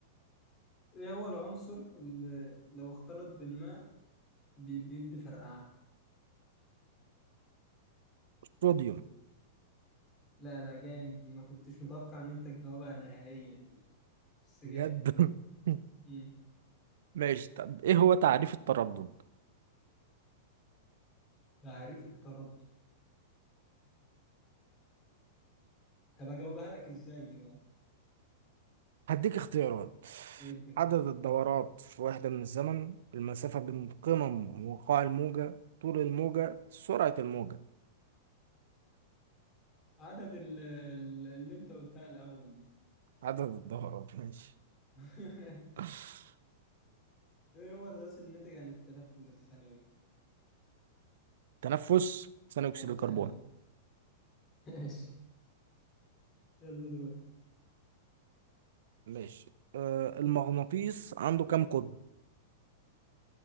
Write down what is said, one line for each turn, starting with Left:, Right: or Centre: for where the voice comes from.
Left: إيه هو العنصر اللي لو اختلط بالماء بي- بيدي فرقعة؟
Right: صوديوم
Left: لا لا جامد دي ما كنتش متوقع إن أنت تجاوبها نهائيا دي بس جامد
Right: بجد <laughs>
Left: مم.
Right: ماشي طب إيه هو تعريف التردد؟
Left: تعريف التردد طب أجاوبها لك إزاي دي بقى؟
Right: هديك اختيارات
Left: إيه الدخدام؟
Right: عدد الدورات في وحدة من الزمن المسافة بين قمم وقاع الموجة طول الموجة سرعة الموجة
Left: عدد ال- ال- اللي أنت قلتها الأول دي
Right: عدد الدورات ماشي
Left: <laughs>
Right: <laughs>
Left: إيه هو الغاز الناتج عن التنفس الخلوي؟
Right: تنفس ثاني أكسيد
Left: آه الخلوي
Right: الكربون
Left: <laughs> ماشي يلا دور
Right: ماشي آه المغناطيس عنده كام قطب